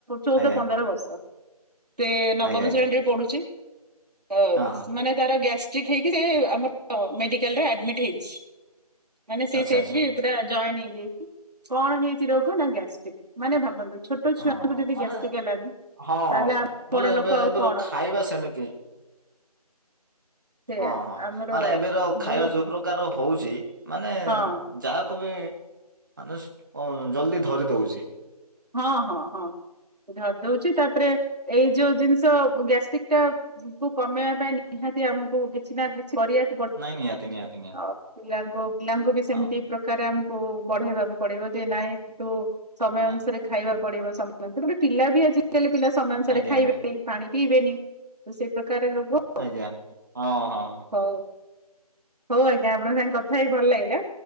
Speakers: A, on the right (about 85°); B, on the right (about 30°).
A: ଚଉଦ
B: ଆଜ୍ଞା
A: ପନ୍ଦର ବର୍ଷ। ସେ ନବମ
B: ଆଜ୍ଞା ଆଜ୍ଞା
A: ଶ୍ରେଣୀରେ ପଡୁଛି। ତ,
B: ହଁ ହଁ।
A: ମାନେ ତାର ଗ୍ୟା <unintelligible> ମେଡିକାଲରେ ଆଡମିଟ ହେଇଛି। ମାନେ, ସେ
B: ଆଚ୍ଛା
A: ସେଇଥି
B: ଆଚ୍ଛା
A: ବି ପୁରା ଜଏନ୍ ହେଇଯାଇଛି। କଣ ହେଇଛି ରୋଗ, ନା ଗ୍ୟାଷ୍ଟ୍ରିକ। ମାନେ ଭାବନ୍ତୁ ଛୋଟ ଛୁଆଙ୍କୁ
B: ହଁ, ହଁ
A: ଯଦି
B: ମାନେ
A: ଗ୍ୟାଷ୍ଟ୍ରିକ ହେଲାଣି
B: ହଁ,
A: ତାହେଲେ ଆମ ବଡ
B: ବୋଲେ
A: ଲୋକ
B: ଏବେ
A: ଆଉ
B: ଏବେ
A: କଣ
B: ଖାଇବା ସେମିତି। କି
A: ସେ
B: ହଁ, ହଁ
A: ଆମର
B: ମାନେ ଏବେର ଖାଇବା
A: ବହୁତ
B: ଯୋଉ ପ୍ରକାର ହଉଛି। ମାନେ
A: ହଁ
B: ଯାହାକୁ ବି ମାନେ ଅ ଜଲଦି ଧରି ଦଉଛି।
A: ହଁ, ହଁ, ହଁ ଧରିଦଉଛି। ତାପରେ ଏଇ ଯୋଉ ଜିନିଷ ସ ଗ୍ୟାଷ୍ଟ୍ରିକ ଟା କୁ କମେଇବା ପାଇଁ, ନିହାତି ଆମକୁ କିଛି ନା କିଛି କରିବାକୁ ପଡିବ।
B: ନାଇଁ ନିହାତି ନିହାତି ନିହାତି
A: ଆଉ ପିଲାଙ୍କୁ ପିଲାଙ୍କୁ ବି ସେମିତି
B: ହଁ।
A: ପ୍ରକାର ଆମ କୁ ବଢେଇବାକୁ ପଡିବ। ଯେ ନାଇଁ, କିନ୍ତୁ ସମୟ ଅନୁ
B: ଆ-
A: ଖାଇବା ପଡିବ ସମୟ। ଗୋଟେ ପିଲା ବି ଆଜିକାଲି ପିଲା ସମୟ ଅନୁସାରେ
B: ଆଜ୍ଞା
A: ଖାଇବେନି,
B: ଆଜ୍ଞା
A: ପାଣି ପିଇବେନି। ତ ସେଇ ପ୍ରକାର ରୋଗ ଆଉ।
B: ଆଜ୍ଞା ହଁ ହଁ
A: ହଉ। ହଉ ଆଜ୍ଞା, ଆପଣଙ୍କ ସାଙ୍ଗେ କଥା ହେଇ ଭଲ ଲାଗିଲା।